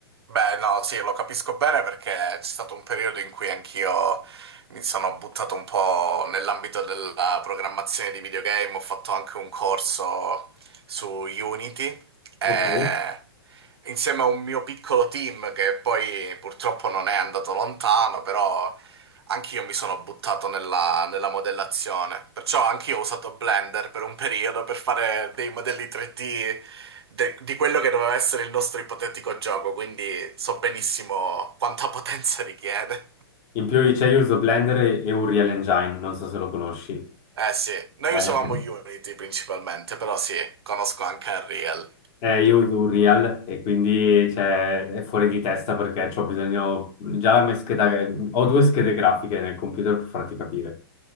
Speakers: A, on the right (about 80°); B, on the left (about 40°).
A: Beh, no, sì, lo capisco bene perché c'è stato un periodo in cui anch'io mi sono buttato un po' nell'ambito della programmazione di videogame, ho fatto anche un corso su Unity e
B: Ok.
A: insieme a un mio piccolo team che poi purtroppo non è andato lontano, però Anch'io mi sono buttato nella, nella modellazione, perciò anch'io ho usato Blender per un periodo per fare dei modelli 3D de- di quello che doveva essere il nostro ipotetico gioco, quindi so benissimo quanta potenza richiede.
B: In più c'è io uso Blender e, e Unreal Engine, non so se lo conosci.
A: Eh sì, noi
B: Eh,
A: usavamo Unity principalmente, però sì, conosco anche Unreal.
B: eh, io uso Unreal e quindi cioè, è fuori di testa perché ho bisogno... Già la mia scheda... Ho due schede grafiche nel computer per farti capire.